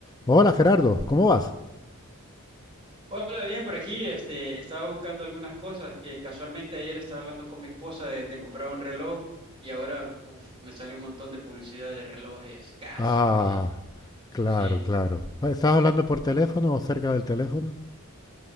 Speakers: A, on the left; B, on the right.
A: Hola Gerardo, ¿cómo vas?
B: Hola, bien, por aquí, este, estaba buscando algunas cosas que casualmente ayer estaba hablando con mi esposa de, de comprar un reloj y ahora uf, me sale un montón de publicidad de relojes Casio
A: Ah,
B: y
A: claro,
B: sí.
A: claro. Ah, ¿Estás hablando por teléfono o cerca del teléfono?